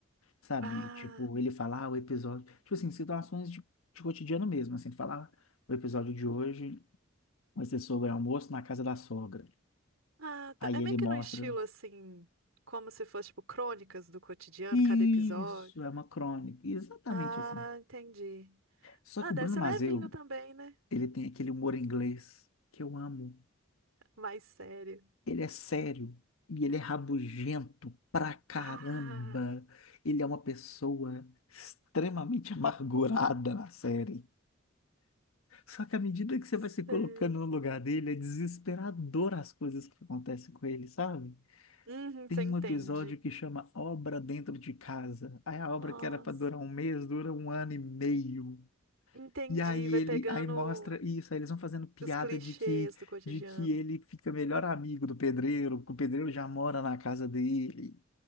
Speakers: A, on the left (about 80°); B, on the right (about 70°).
A: sabe?
B: Ah,
A: Tipo, ele fala, ah, o episódio... Tipo assim, situações de, de cotidiano mesmo, assim. Falar, o episódio de hoje vai ser sobre almoço na casa da sogra.
B: ah, tá.
A: Aí
B: É meio
A: ele
B: que
A: mostra.
B: no estilo, assim, como se fosse, tipo, crônicas do cotidiano,
A: Isso,
B: cada episódio.
A: é uma crônica. Exatamente
B: Ah,
A: assim.
B: entendi.
A: Só
B: Ah,
A: que o
B: deve
A: Bruno
B: ser
A: Mazeu,
B: levinho também, né?
A: ele tem aquele humor inglês que eu amo.
B: Mais sério.
A: Ele é sério e ele é rabugento pra caramba.
B: Ah,
A: Ele é uma pessoa extremamente amargurada na série. Só que à medida que você
B: sei.
A: vai se colocando no lugar dele, é desesperador as coisas que acontecem com ele, sabe?
B: Uhum,
A: Tem
B: você entende.
A: um episódio que chama Obra Dentro de Casa. Aí a
B: Nossa,
A: obra que era para durar um mês dura um ano e meio.
B: entendi.
A: E aí
B: Vai
A: ele,
B: pegando
A: aí mostra isso, aí eles vão fazendo piada
B: os clichês
A: de que
B: do cotidiano.
A: de que ele fica melhor amigo do pedreiro, que o pedreiro já mora na casa dele.